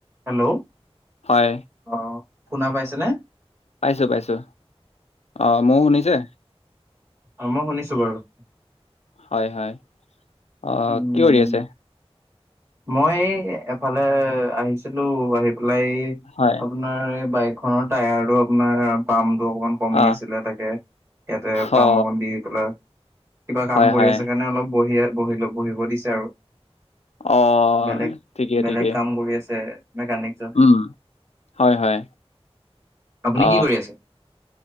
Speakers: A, on the right; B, on the left.
A: Hello?
B: হয়
A: অ', শুনা পাইছেনে?
B: পাইছোঁ-পাইছোঁ। অ', ময়ো শুনিছে?
A: অ', মই শুনিছোঁ বাৰু।
B: হয়, হয়, অ',
A: উম
B: কি কৰি আছে?
A: মই এফালে আহিছিলোঁ, আহি পেলাই আপোনাৰ
B: হয়
A: আপোনাৰ এই বাইকখনৰ টায়াৰ টো আপোনাৰ পাম্পটো অকণমান কমি
B: অ
A: আছিলে তাকে, ইয়াতে
B: অ
A: পাম অকন দি পেলাই কিবা কাম
B: হয়
A: কৰি
B: হয়
A: আছে কাৰণে অলপ বহিয় বহিলোঁ, বহিব দিছে আৰু।
B: অ
A: বেলেগ-বেলেগ
B: ঠিকে ঠিকে
A: কাম কৰি আছে মেকানিক।
B: উম হয় হয়
A: আপুনি
B: অ
A: কি কৰি আছে?